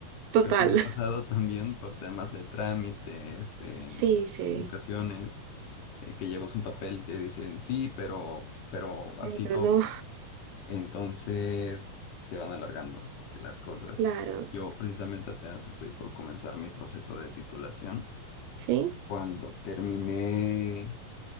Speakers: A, on the right (about 85°); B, on the left (about 75°).
A: Total.
B: Creo que me ha
A: <laughs>
B: pasado <laughs> también por temas de trámites, eh,
A: Sí, sí.
B: certificaciones, eh, que llevas un papel y te dicen sí, pero, pero así
A: Pero
B: no.
A: no,
B: Entonces se van alargando las cosas.
A: claro,
B: Yo precisamente apenas estoy por comenzar mi proceso de titulación.
A: sí.
B: Cuando terminé,